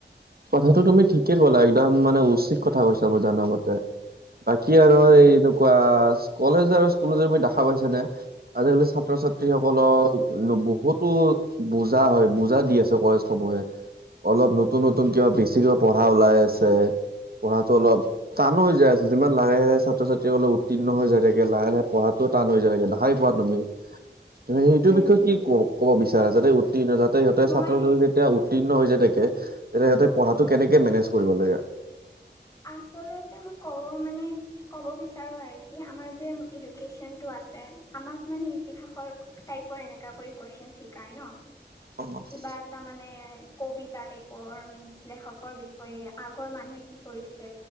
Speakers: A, on the right; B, on the left.
A: কথাটো তুমি ঠিকে ক'লা একদম মানে উচিত কথা কৈছা ব জানা মতে-। বাকী
B: উম
A: আৰু এই এনেকুৱা কলেজ আৰু স্কুলি দেখা পাইছ নে আজিকালি। ছাত্ৰ ছাত্ৰীসকলক বুত-। বহুতো বুজা হয় বুজা দি আছে কলেজ সমূহে অলপ নতুন। নতুন কিবা বেছিকৈ পঢ়া ওলাই আছে। পঢ়াটো অলপ টান হৈ য আছ যিমান লাহে লাহে ছাত্ৰ ছাত্ৰী। লে উত্তীৰ্ণ হৈ যায় থাকে লাহে লাহে পঢ়াটো টান হৈ যায় থাকে দেখাই পোৱা তুমি-। তু সেইটো
B: উম
A: বিষয়ে
B: উম
A: কি ক কব বিচাৰে যাতে উত্তীৰ্ণ যাতে সিহঁতে
B: মই
A: ছাত্ৰী যেতিয়া। উত্তীৰ্ণ হৈ যায় তোকে যে সহঁতে পঢ়াটো কেনেকে মেনেজ কৰিব লাগে।
B: আচলতে মই কব মানে কব বিচাৰো আৰু কি আমাৰ যে এডুকেশ্বন টো-। আমাক মানে ইতিহৰ টাইপৰ এনেকা কৰি কেশন শিকাই ন।
A: অ
B: কিবা এটা মানে। কবিতা টাইপৰ মনচ লেখকৰ বিষয়ে আগৰ মানুহে কি-। কৰিছে